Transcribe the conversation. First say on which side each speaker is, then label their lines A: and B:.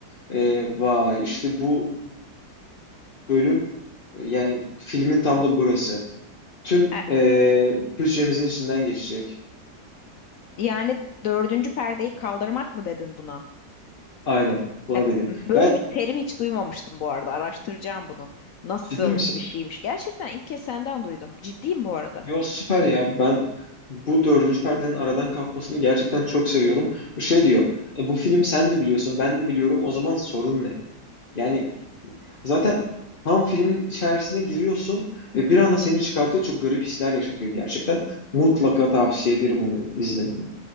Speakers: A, on the left; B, on the left.
A: E, vay işte bu bölüm e, yani filmin tam da burası. Tüm
B: E,
A: e, bütçemizin içinden geçecek.
B: yani dördüncü perdeyi kaldırmak mı dedin buna?
A: Aynen buna
B: E,
A: dedim.
B: Böyle
A: Yani
B: bir terim hiç duymamıştım bu arada. Araştıracağım bunu. Nasıl
A: ciddi misin?
B: bir şeymiş? Gerçekten ilk kez senden duydum. Ciddiyim bu arada.
A: Yo süper ya ben bu dördüncü perdenin aradan kalkmasını gerçekten çok seviyorum. Bu şey diyor e, bu film sen de biliyorsun ben de biliyorum o zaman sorun ne? Yani zaten tam filmin içerisine giriyorsun
B: Hı
A: ve
B: hı.
A: bir anda seni çıkartıyor çok garip hisler yaşatıyor gerçekten. Mutlaka tavsiye ederim onu izlemeni.